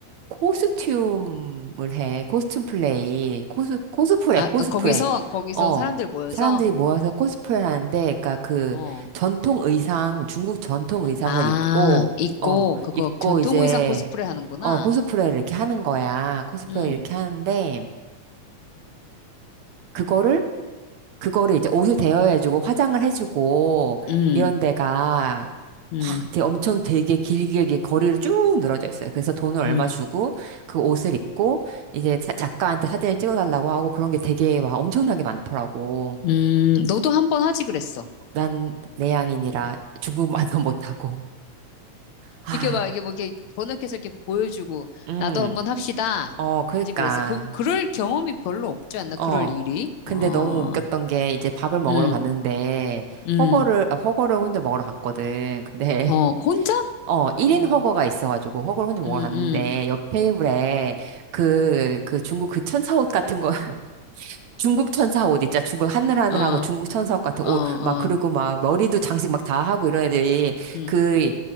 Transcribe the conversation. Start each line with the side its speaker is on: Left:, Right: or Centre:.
Right: 코스튬을 해. 코스튬 플레이. 코스, 코스프레,
Left: 아
Right: 코스프레.
Left: 아, 거기서 거기서
Right: 어.
Left: 사람들 모여서
Right: 사람들이 모여서 코스프레를 하는데, 그니까 그
Left: 어,
Right: 전통 의상, 중국 전통 의상을
Left: 아
Right: 입고,
Left: 있고
Right: 어,
Left: 그거
Right: 입고
Left: 전통
Right: 이제,
Left: 의상 코스프레 하는구나.
Right: 어, 코스프레를 이렇게 하는 거야. 코스프레
Left: 음,
Right: 이렇게 하는데, 그거를 그거를 이제 옷을 대여해주고 화장을 해주고
Left: 음,
Right: 이런 데가
Left: 음,
Right: 확 이렇게 엄청 되게 길게 이렇게 거리를 쭉 늘어져 있어요. 그래서 돈을 얼마
Left: 음,
Right: 주고 그 옷을 입고 이제 자- 작가한테 사진을 찍어달라고 하고 그런 게 되게 와 엄청나게 많더라고.
Left: 음, 너도 한 번 하지 그랬어.
Right: 난 내향인이라 중국말도 <laughs> 못하고. 아,
Left: 이렇게 막, 이게 뭐, 이렇게 번역해서 이렇게 보여주고,
Right: 음,
Left: 나도 한번 합시다.
Right: 어, 그러니까,
Left: 하지 그랬어. 그, 그럴 경험이 별로 없지 않나? 그럴
Right: 어.
Left: 일이? 어,
Right: 근데 너무 웃겼던 게 이제 밥을 먹으러
Left: 음,
Right: 갔는데
Left: 음,
Right: 허거를 아, 허거를 혼자 먹으러 갔거든. 근데
Left: 어, 혼자?
Right: 어, 1인
Left: 어,
Right: 허거가 있어가지고, 허거를 혼자 먹으러
Left: 음,
Right: 갔는데, 옆 테이블에, 그, 그 중국 그 천사 옷 같은 거, <laughs> 중국 천사 옷 있잖아. 중국 하늘하늘하고
Left: 음, 어,
Right: 중국 천사 옷 같은
Left: 어,
Right: 옷,
Left: 어,
Right: 막, 그리고 막, 머리도 장식 막 다 하고 이런 애들이,
Left: 음.
Right: 그,